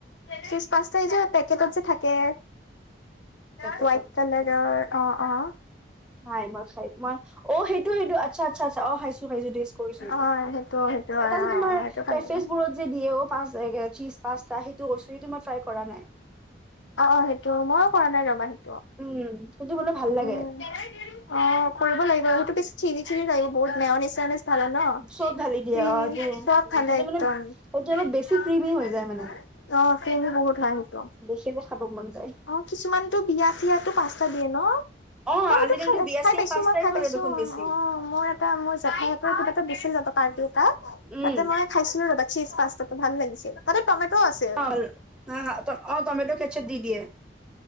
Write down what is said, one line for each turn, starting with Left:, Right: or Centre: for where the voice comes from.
Left: চীজ পাস্তা এই যে পেকটত যে থাক কে,
Centre: পেকেটত
Left: হোৱাইট
Centre: থাকে
Left: কালাৰৰ, অহ, অ।
Centre: নাই, মই খাই, মই, অ', সেইটো সেইটো। আচ্ছা, আচ্ছা, আচছা, অ', খাইছো খাইছো, টেষ্ট কৰিছো সেইটো।
Left: অ সেইটো সেইটো হয়
Centre: এটা যে
Left: অ
Centre: তোমাৰ
Left: সেইটো ভাল
Centre: কেফেচ
Left: লাগে
Centre: বোৰত যে দিয়ে অ। চীজ পাস্তা সেইটো কৈছো, সেইটো মই ট্ৰাই কৰা নাই।
Left: অ', অ, সেইটো, মইয়ো কৰা নাই ৰবা সেইটো।
Centre: উম। সেইটো বোলে ভাল লাগে
Left: উম। অ', কৰিব লাগিব সেইতো বেছি চিৰি চিৰি লাগিব, বহুত মেওনিজ-চেওনিজ ধালে নহ,
Centre: চব ঢালি দিয়ে
Left: ই
Centre: অ সেইটো উম,
Left: চব ধালে
Centre: সেইটো
Left: একদম।
Centre: মানে সেইটো অলপ
Left: অ',
Centre: বেছি ক্ৰিমি হৈ যায় মানে
Left: ক্ৰীমো বহুত হয়, সেইটো।
Centre: দেখি যে খাব মন যায়
Left: অ', কিছুমানটো বিয়া-চিয়াতটো পাঁচটা দিয়ে নহ?
Centre: অ
Left: মই সেইটো
Centre: আজিকালি
Left: খাই
Centre: বিয়া
Left: খাই
Centre: চিয়া
Left: পাইছো
Centre: পাস্তাই
Left: মই খাই
Centre: চলে
Left: পাইছো।
Centre: দেখোন বেছি
Left: অ', মোৰ এটা মোৰ জেঠাই হতৰ দিছিল এবাৰ পাৰ্টি এটাত,
Centre: উম
Left: তাতেই মই খাইছিলো এবাৰ চীজ পাস্তাটো, ভাল লাগিছিল। তাতে টমেট' আছিল
Centre: অ', টমেট' কেছআপ দি দিয়ে।